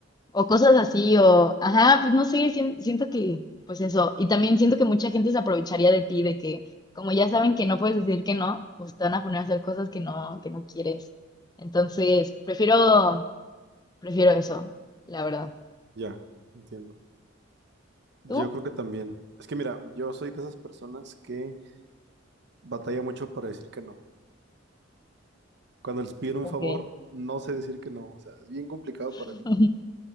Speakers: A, on the left; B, on the right.
A: O cosas así, o, ajá, pues no sé, sien- siento que, pues eso, y también siento que mucha gente se aprovecharía de ti, de que como ya saben que no puedes decir que no, pues te van a poner a hacer cosas que no, que no quieres. Entonces, prefiero, prefiero eso, la verdad.
B: ya, entiendo. Yo
A: ¿Tú?
B: creo que también. Es que mira, yo soy de esas personas que batalla mucho para decir que no. Cuando les piden un
A: Ok.
B: favor, no sé decir que no. O sea, es bien complicado
A: <laughs>
B: para mí.